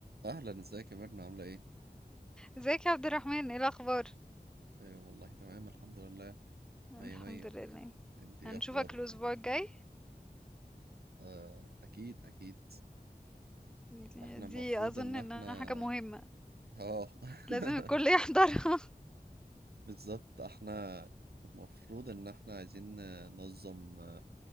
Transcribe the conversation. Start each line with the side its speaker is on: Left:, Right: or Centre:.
Right: اهلا ازيك يا ميرنا عامله ايه
Centre: ازيك يا عبد الرحمن ايه الاخبار
Right: أيوة والله تمام الحمد لله مية
Centre: الحمد
Right: مية
Centre: لله
Right: انت ايه
Centre: هنشوفك
Right: اخبارك
Centre: الاسبوع الجاي
Right: آه اكيد اكيد
Centre: يعني
Right: احنا
Centre: دي
Right: المفروض
Centre: اظن
Right: ان
Centre: انها
Right: احنا
Centre: حاجه مهمه
Right: اه <laughs>
Centre: لازم الكل <laughs> يحضرها
Right: بالظبط احنا المفروض ان احنا عايزين ننظم